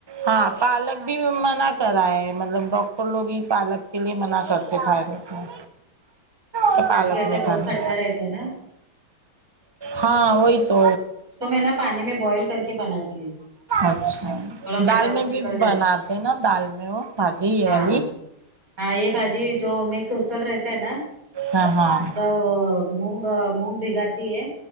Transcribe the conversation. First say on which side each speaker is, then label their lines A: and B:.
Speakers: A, on the right; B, on the right.
A: ہاں پالک بھی منع کرا ہے مطلب ڈاک تو لوگ ہی پالک کے لیے منع کرتے تھائیرڈ میں
B: یہ
A: کہ
B: بھجی
A: پالک
B: کیسا
A: نہیں
B: بہت
A: کھانی
B: کھٹا رہتا ہے نا
A: ہاں وہی تو
B: اس کو میں نا پانی میں بوائل کر کے بناتی ہے
A: اچھا
B: تھوڑا کھٹا
A: دال میں
B: پن نکل
A: بھی
B: جاتا
A: بناتے نا دال میں وہ بھجی یہ وال
B: اں ہاں یہ بھجی جو مکس اسل رہتا ہے نا
A: ہاں ہاں
B: تھوڑا وہ مونگ مونگ بھگاتی ہے